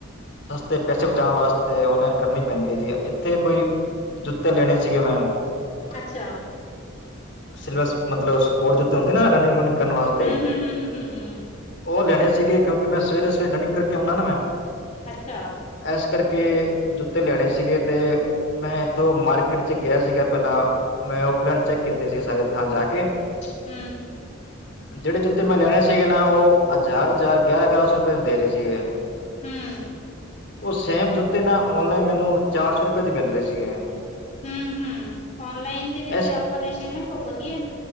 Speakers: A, on the left (about 60°); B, on the left (about 35°).
A: ਸਸਤੇ ਪੈਸੇ ਬਚਾਣ ਵਾਸਤੇ ਔਨਲਾਈਨ ਕਰਨੀ ਪੈਂਦੀ ਹੈ ਜੀ ਇੱਥੇ ਕੋਈ ਜੁੱਤੇ ਲੈਣੇ ਸੀਗੇ ਮੈਂ
B: ਅੱਛਾ
A: ਸਿਲੇਬਸ ਮਤਲਬ ਸਪੋਰਟਸ ਜ ਉੱਤੇ ਹੁੰਦੇ ਨਾ ਰਨਿੰਗ ਰੂਨਿੰਗ ਕਰਨ ਵਾਸਤੇ
B: ਹਮ ਹਮ ਹਮ ਹਮ ਹਮ ਹਮ
A: ਉਹ ਲੈਣੇ ਸੀਗੇ ਕਿਉਂਕਿ ਮੈਂ ਸਵੇਰੇ ਸਵੇਰੇ ਰਨਿੰਗ ਕਰਕੇ ਆਉਨਾ ਨਾ ਮੈਂ
B: ਅੱਛਾ
A: ਐਸ ਕਰਕੇ ਜੁੱਤੇ ਲੈਣੇ ਸੀਗੇ ਤੇ ਮੈਂ ਐਥੋਂ ਮਾਰਕੀਟ ਚ ਗਿਆ ਸੀਗਾ ਪਹਿਲਾਂ ਮੈਂ ਫਲਾਨ ਚੈੱਕ ਕੀਤੇ ਸੀਗੇ ਸਾਰੇ ਥਾਂ ਜਾ ਕੇ
B: ਹਮ
A: ਜਿਹੜੇ ਜੁੱਤੇ ਮੈਂ ਲੈਣੇ ਸੀਗੇ ਨਾ ਉਹ ਹਜ਼ਾਰ ਹਜ਼ਾਰ ਗਿਆਰਾਂ ਗਿਆਰਾਂ ਸੌ ਰੁਪਏ ਦੇ ਰਹੇ ਸੀਗੇ
B: ਹਮ
A: ਉਹ ਸੇਮ ਜੁੱਤੇ ਨਾ ਓਨਲਾਈਨ ਮੈਨੂੰ ਚਾਰ ਸੌ ਰੁਪਏ ਦੇ ਮਿਲ ਰਹੇ ਸੀਗੇ
B: ਹਮ ਹਮ ਔਨਲਾਈਨ ਦੇ ਵਿੱਚ
A: ਇਸ
B: ਆਪਾਂ ਲੈਂੇ ਹਾਂ ਨਾ ਗ <unintelligible> ਉਹ ਵਧੀਆ